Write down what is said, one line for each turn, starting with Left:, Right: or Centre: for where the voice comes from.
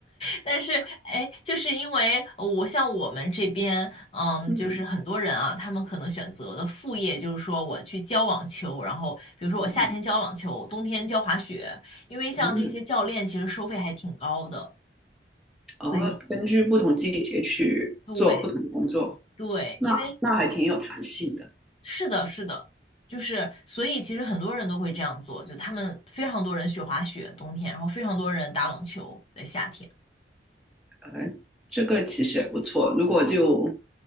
Left: 但是，哎，就是因为呃我像我们这边，嗯，
Centre: 嗯
Left: 就是很多人啊，他们可能选择的副业就是说我去教网球，然后比如说我夏天教网球，
Centre: 嗯
Left: 冬天教滑雪，因为像这些教练其实收费还挺高的，
Centre: 嗯。哦，
Left: 所以
Centre: 根据不同季节去做不同的工作，
Left: 对对，
Centre: 那那还挺有弹性的。
Left: 因为。是的，是的，就是所以其实很多人都会这样做，就他们非常多人学滑雪冬天，然后非常多人打网球在夏天。
Centre: 哎，这个其实也不错。如果就